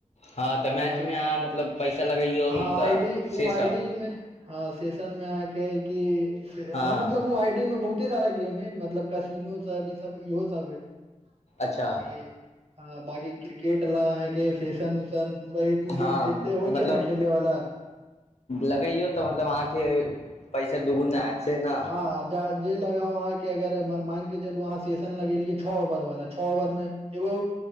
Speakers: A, on the left (about 55°); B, on the right (about 50°).
A: हँ
B: तऽ
A: मैचमे अहाँ मतलब पैसा लगैयौ
B: हाँ
A: तऽ
B: आइडी
A: सेसभ
B: ओ आइडी में हाँ सेशन में आहाँके कि
A: हँ
B: मतलब ओ आइडी में बहुते सारा गेम हय मतलब कसीमो सब इ सब इहो सब हय आ
A: अच्छा
B: बाकी बाकी क्रिकेट लऽ अहाँकेँ सेसन उशन पूरा ए टू
A: हँ
B: जेड जते होइ
A: मतलब
B: छै ने खेले वाला
A: लगैयौ तऽ मतलब अहाँ के पैसा दुगुना
B: हँ
A: ऐत छै न
B: हँ जे लगाउ अहाँ के अगर मान के चलू अहाँ सेशन लगेलियै छ ओवर वाला छ ओवर मे एगो